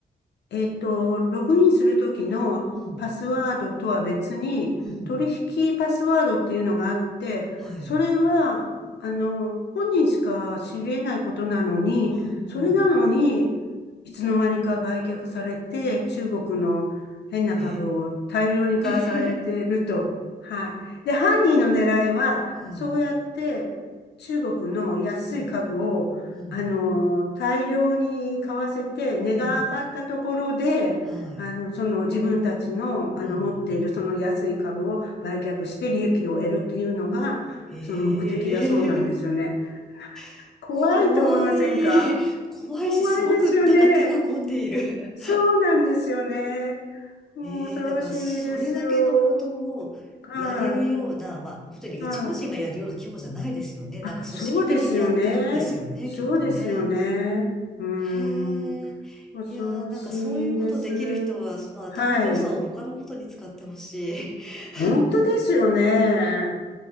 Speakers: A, on the left (about 80°); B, in the centre.
A: えっと、ログインするときのパスワードとは別に、
B: うん。うん。
A: 取引パスワードっていうのがあって、
B: はい。
A: それは、あの、本人しか知れないことなのに、
B: うんうん。
A: それなのに、いつの間にか売却されて、中国の変な株を大量に買わされてると。
B: へえ。<laughs>
A: はい。で、犯人の狙いは、
B: うん。
A: そうやって中国の安い株をあの、
B: うん。うん。
A: 大量に買わせて、値が上がったところで、
B: うん。はい。
A: あの、その自分たちの、あの、
B: うんうん。
A: 持っているその安い株を売却して利益を得るっていうのが、
B: へえ。
A: その目的だそうなんですよね。
B: <laughs>
A: 怖いと思いませんか
B: 怖い。<laughs> 怖いし、
A: 怖いですよね。
B: すごくなんか手が込んでいる。<laughs>
A: そうなんですよね。もう恐ろしいですよ。
B: ええ、だからそれだけのことをやれるような、
A: はい。
B: まあ、本当に一個人がやるような規模じゃないですよね。
A: はい。あ、
B: なんか組織的にやってるんですよね、
A: そうですよね。そうですよね。
B: きっとね。
A: うーん。
B: へえ。
A: 恐ろしいです。
B: いやー、なんかそういうことできる人は、その頭の良さを他のことに使ってほしい。
A: はい。
B: <laughs>
A: 本当ですよね。